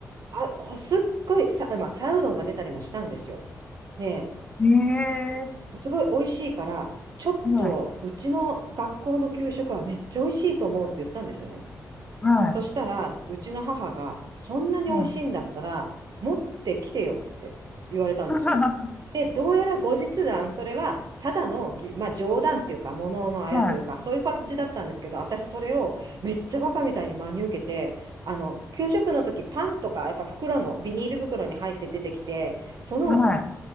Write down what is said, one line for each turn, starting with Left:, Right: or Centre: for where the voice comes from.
Right: あ、おすっごいさ、まあ、皿うどんが出たりもしたんですよ。で、
Left: あ、ええ
Right: すごい美味しいから、ちょっと、
Left: ーはい、
Right: うちの学校の給食はめっちゃ美味しいと思うって言ったんですよね。
Left: は
Right: そしたら、うちの母が、そんなに美味しいんだったら、
Left: い、は
Right: 持ってきてよって言われたんですよ。
Left: い。<laughs>
Right: で、どうやら後日談、それは、ただのぎ、まあ、冗談っていうか、もののあやというか、
Left: はい、
Right: そういう感じだったんですけど、私、それをめっちゃバカみたいに真に受けて、あの、給食の時、パンとか、やっぱ袋の、ビニール袋に入って出てきて、その
Left: はい、